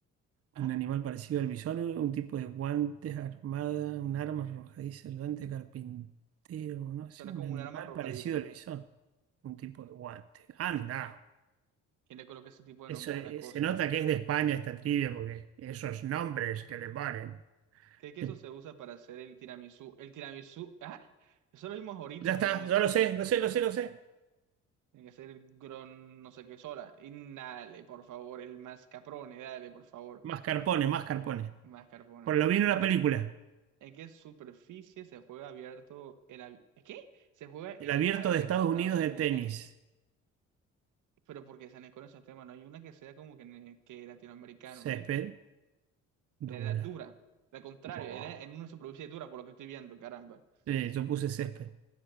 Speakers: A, on the right; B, on the right.
A: Ah,
B: Un animal parecido al bisón, un tipo de guantes armada, un arma arrojadiza, el guante carpintero, no sé,
A: suena
B: un
A: como
B: animal
A: un arma arrojadiza.
B: parecido al bisón, un tipo de guante. Anda,
A: ¿Quién le coloca ese tipo de
B: eso
A: nombres
B: es-
A: a las cosas?
B: se nota que es de España esta trivia porque esos nombres que le ponen.
A: ¿Qué queso
B: Eh,
A: se usa para hacer el tiramisú? El tiramisú, ah, eso lo vimos ahorita,
B: Ya
A: el
B: está,
A: tiramisú.
B: yo lo sé, lo sé, lo sé, lo sé.
A: Tiene que ser el gron, no sé qué sola. Y dale, por favor, el mascarpone, dale, por favor.
B: Mascarpone, Mascarpone.
A: Mascarpone,
B: Por
A: ok.
B: lo vi en una película.
A: ¿En qué superficie se juega abierto el... ab- ¿Qué? Se juega el
B: El abierto
A: abierto
B: de Estados
A: de Estados
B: Unidos
A: Unidos
B: de tenis.
A: de tenis. pero porque se con esos temas, no hay una que sea como que, ne- que latinoamericano,
B: Césped
A: ¿veis? Era
B: dura.
A: dura, al contrario,
B: Buah.
A: era en una de dura, por lo que estoy viendo, caramba.
B: Sí, yo puse césped.